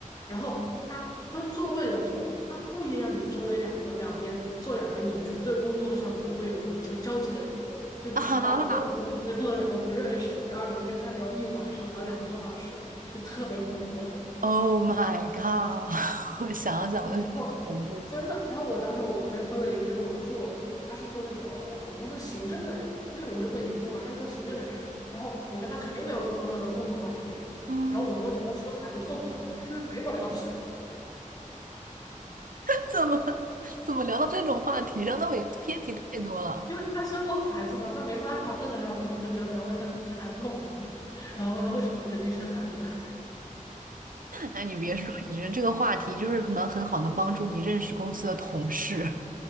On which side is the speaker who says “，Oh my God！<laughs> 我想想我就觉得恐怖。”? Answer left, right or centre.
Right